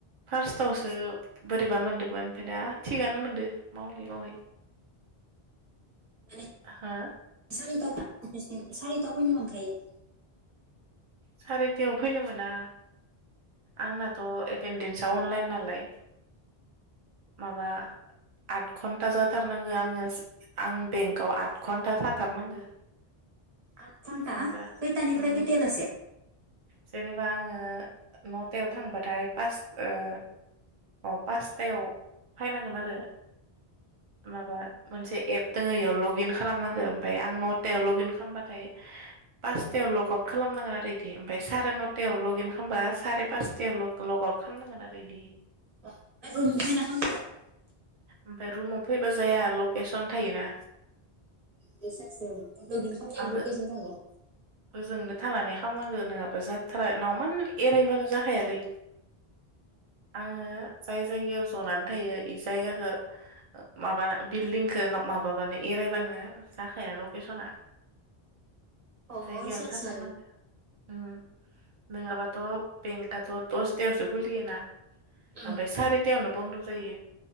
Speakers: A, on the right; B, on the right.
A: फार्स्टआवसो बोरैबा मोनदोंमोन ओमफ्राय दा थिगानो मोनदों। मावै - मावै।
B: <inaudible>
A: हो
B: सारितायाव फैनो मोनखायो? <inaudible>
A: सारिथायाव फैनो मोना आंनाथ' एटेन्डेन्सा अनलाइन नालाय। माबा आत घन्टा जाथारनांगो आङो आं बेंकआव आत घणटा थाथारनांगो।
B: आत घन्टा
A: जेनेबा
B: खैथानिफ्राय
A: उम
B: खैथायावलासे?
A: जेनेबा आङो नौतायाव थांबाथाय पास ओ - ओ पासथायाव फैनांगोन आरो माबा मोनसे एप दोङो बेयाव लग इन खालामनांगो ओमफफ्राय आं नथायाव लग इन खामबाथाय पासतायाव लग आवत खालामनांगोन आरो बिदि ओमफ्राय साराय न'थायाव लग इन खालामबा साराय पासथायाव लग आउट खालामनांगोन आरो बिदि।
B: ओ ओइ लुगैना खामबालाय <inaudible>
A: ओमफ्राय रुमाव फैबा जाया लकेसन थायोना।
B: बिसास' <inaudible> लग इन खामनायाबो
A: आङो
B: लकेसन थायो? <inaudible>
A: ओजोंनो थानानै खालामानांगौ नङाबा जाथारा नावमान एरायबानो जाखायालै आङो जाय जायगायाव जनानै थायो बे जायगाखौ माबा बिल्दिंखौ माबाबानो एरायबानो जाखाया लकेसना।
B: अ
A: जायगायावनो
B: इसासो
A: थाथारनांगौ। उम नङाबाथ' बेंकआथ' दसथायावसो खुलियोना।
B: उम
A: ओमफ्राय सारितायावनो बन्द जायो।